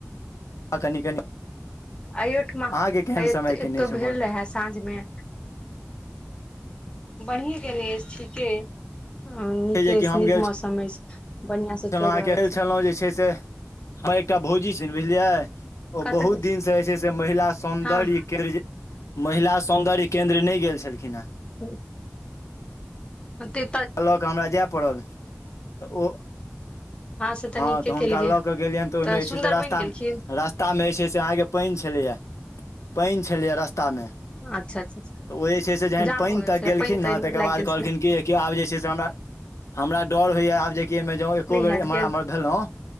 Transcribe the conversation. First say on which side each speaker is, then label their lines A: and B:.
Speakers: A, on the left (about 90°); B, on the left (about 20°).
A: आ कनि कनि
B: अयोठमा
A: अहाँके केहन
B: अएतौ
A: समय केने अछि
B: भेल
A: उम्हर
B: रहए साँझमे बढ़िए गेलय ने ठीके ओ नीके
A: जेकि
B: अछि
A: हम
B: नीक
A: गेल
B: मौसम अछि बढ़ियां से
A: छलहुँ
B: चलि
A: अहाँके
B: रहल
A: खेल
B: छै
A: छलहुँ जे छै से हँ एकटा भौजी छै ने बुझलियै ओ
B: कतऽ
A: बहुत
B: गेल छी
A: दिन से जे छै से महिला सौंन्दर्य
B: हँ
A: केन्द्र महिला सौन्दर्य केन्द्र नहि गेल छलखिन हेँ
B: हुँ औते
A: लऽ कऽ हमरा जाय पड़ल तऽ ओ
B: से
A: हँ
B: नीके
A: तऽ हुनका
B: केलियै
A: लऽ कऽ गेलियनि तऽ ओहिमे जे
B: सुन्दर
A: छै से रास्ता
B: बनि गेलखिन
A: रा रस्ता मे जे छै से अहाँके पानि छलैया पानि छलैया रस्ता मे
B: अच्छा अच्छा अच्छा
A: तऽ ओ जे छै से जहन
B: जाम
A: पानि
B: भऽ गेल
A: तक
B: छलै
A: गेलखिन
B: पानि तानि
A: ने तकर
B: लागि
A: बाद
B: गेल छलै
A: कहलखिन कि किओ आब जे छै से हमरा हमरा डर होइए आब जेकि एहिमे जँ एको
B: नहि
A: बेर
B: हैत
A: एम्हर
B: गे
A: एम्हर भेलहुँ